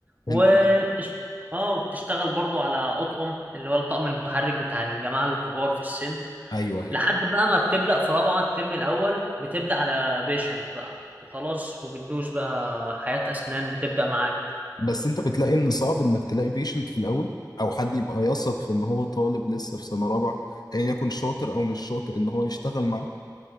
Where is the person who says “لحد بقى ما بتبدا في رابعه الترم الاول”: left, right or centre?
Right